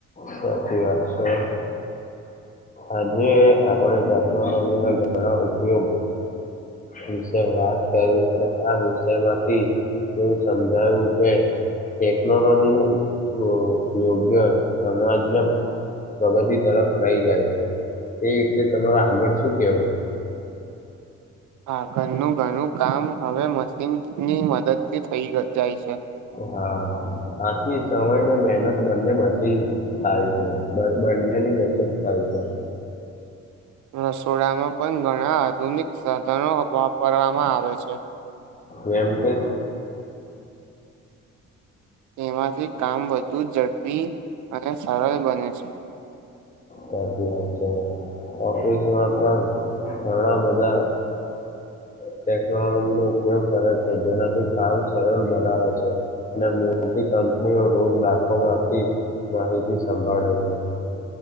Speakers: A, on the left; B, on the right.
A: સાચી વાત છે. આજે આપણે ટેકનોલોજી ના ઘણા ઉપયોગ વિશે વાત કરી અને આ વિષય માંથી એવું સમજાયું કે ટેક્નોલોજીનું યો યોગ્ય <unintelligible> પ્રગતિ તરફ લઈ જાય છે. તે વિશે તમારો આગળ શું કેવું?
B: હા ઘરનું ઘણું કામ હવે મશીન ની મદદ થી થઈ શકાય છે.
A: હા આથી સમય ને મહેનત બંને બચી જાય છે બંને ની બચત થાય છે. <inaudible>
B: રસોડામાં પણ ઘણા આધુનિક સાધનો વાપરવામાં આવે છે.
A: જેમ કે.
B: તેમાંથી કામ વધુ ઝડપી અને સરળ બને છે.
A: સાચી વાત છે ઓફિસમાં પણ ઘણા બધા ટેકનોલોજી નો ઉપયોગ કરે છે જેનાથી કામ સરળ બનાવે છે અને મોટી કંપ કંપનીઓ રોજ લાખોમાંથી માહિતી સંભાળે છે.